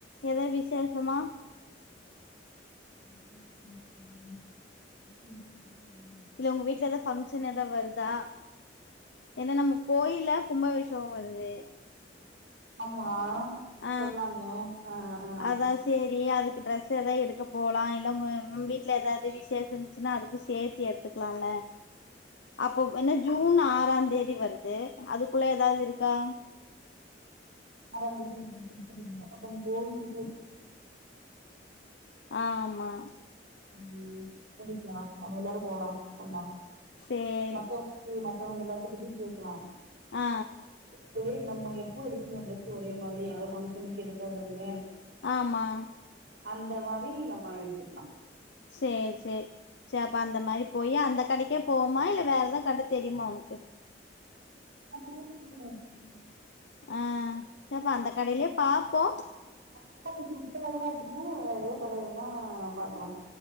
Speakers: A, on the left; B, on the right.
A: எதோ விசேஷமா
B: <inaudible>
A: இல்ல உங்க வீட்ல ஏது பங்க்ஷன் ஏதாவருதா என்னா நம்ம கோயிலா கும்ப விஷம் தூக்கம் வருது
B: ஆமா
A: ஆ
B: சொன்னாங்க ஆ ஆ
A: அதான் சேரி அது ட்ரெஸ் ஏதாவது எடுக்க போலா இல்ல வீட்டுல ஏதாவது விசேஷம் இருச்சுன்னா அதுக்கு சேர்த்து எடுத்துக்கலாம்ல அப்போ என்ன ஜூன் ஆறான் தேதி வருது தே <unintelligible> அதுக்குள்ள ஏதாவது இருக்கா
B: <inaudible> கோயில
A: ஆமா
B: ஆஹ போயக்கலா நம்ம எல்லாரு போலா ஒண்ண
A: சேரி
B: மத்த ம அவுங்க எல்லாத்துக்கு கிட்ட கேக்கலா
A: ஆ
B: செரி நம்ம எப்போ எடுக்க முடியல டிரெஸ் ஒரே மாரி ஏதாவது ஃபங்க்ஷனுக்கு இருக்காதுன்னு
A: ஆமா
B: அந்த மாரி நம்ம எடுத்துக்கலா
A: செரி செரி சேப்ப அந்த மாரி போயி அந்த கடைக்கே போமா இல்ல வேற ஏதாவ கட தெரியுமா உனக்கு
B: <unintelligible>
A: ஆ
B: <unintelligible>
A: சேப்பா அந்த கடையிலயே பாப்போ
B: <unintelligible> பாக்கலா